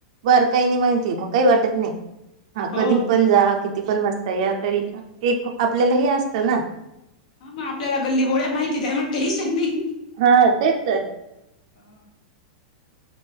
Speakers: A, on the right; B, on the left.
A: बारकाईने माहितीय का, मग काही वाटत नाही
B: हो
A: कधी पण कि. किती पण वाजता या तरी, एक आपल्याला हे असतं ना.
B: ह मग आपल्याला गल्ली बोळ्या माहिती आहे त्यामुळ टेन्शन नाही.
A: हा तेच तर.
B: हा